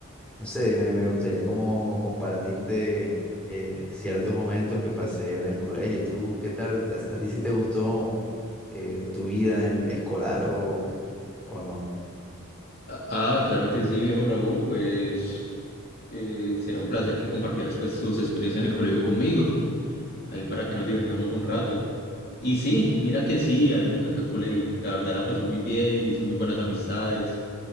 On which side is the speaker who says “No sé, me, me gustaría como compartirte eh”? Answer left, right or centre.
Centre